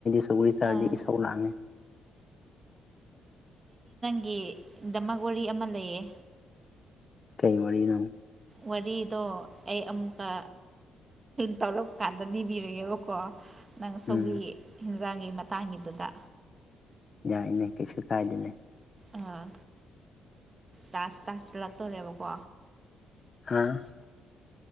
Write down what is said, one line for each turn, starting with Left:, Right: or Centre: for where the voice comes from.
Left: ꯁꯒ ꯇ
Right: ꯑꯥ
Left: ꯁꯂꯥꯛꯅꯦ
Right: ꯒꯤ ꯗꯃꯛ ꯋꯥꯔꯤ ꯑꯃ ꯂꯩꯌꯦ
Left: ꯀꯩ ꯋꯥꯔꯤꯅ
Right: ꯋꯥꯔꯤꯗꯣ ꯑꯩ ꯑꯃꯨꯛꯀ ꯇꯧꯔꯛꯄ ꯀꯥꯟꯗ ꯅꯤꯕꯤꯔꯒꯦꯕꯀꯣ ꯅꯪ ꯁꯧꯒꯤ
Left: ꯎꯝ
Right: ꯍꯤꯟꯖꯥꯡꯒꯤ ꯃꯇꯥꯡꯒꯤꯗꯨꯗ
Left: ꯌꯥꯏꯅ ꯀꯩꯁꯨ ꯀꯥꯏꯗꯅꯦ
Right: ꯑꯥ ꯇꯥꯁ ꯇꯥꯁ ꯂꯥꯛꯠꯇꯣꯔꯦꯕꯀꯣ
Left: ꯍꯥꯥ